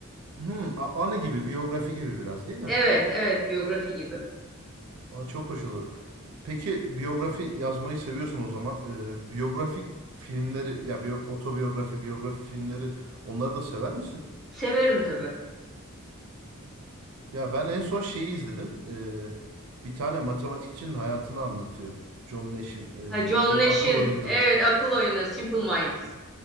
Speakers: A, on the right; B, in the centre.
A: Hmm, a- anı gibi, biyografi gibi biraz değil mi?
B: Evet, evet, biyografi gibi.
A: Aa, çok hoş olur. Peki biyografi yazmayı seviyorsun o zaman. Ee, biyografik filmleri ya biyo- otobiyografi, biyografi filmleri onları da sever misin?
B: Severim tabii.
A: Ya ben en son şeyi izledim. Ee, bir tane matematikçinin hayatını anlatıyor. John Nash'in ee,
B: Ha, John
A: bu
B: Nash'in,
A: akıl oyunları.
B: evet, Akıl Oyunu, Simple Minds.